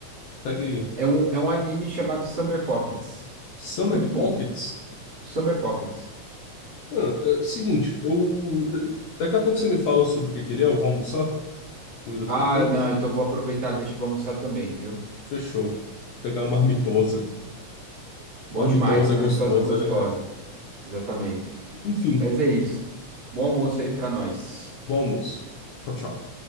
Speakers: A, on the left; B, on the right.
A: Pega aí.
B: É um, é um anime chamado Summer Pockets.
A: Summer
B: Muito bom,
A: Pockets?
B: Summer Pockets.
A: Ah, é, seguinte, eu... da- Daqui a pouco você me fala sobre o que que ele é, eu vou almoçar. A comida ficou
B: Ah,
A: pronta.
B: não, então vou aproveitar, deixa eu vou almoçar também, viu?
A: Fechou. Pegar uma marmitosa.
B: Bom
A: Marmitosa
B: demais, marmitosa
A: é gostosa,
B: gostosa.
A: né, cara?
B: Exatamente.
A: Enfim.
B: Mas é isso. Bom almoço aí pra nós.
A: Bom almoço. Tchau, tchau.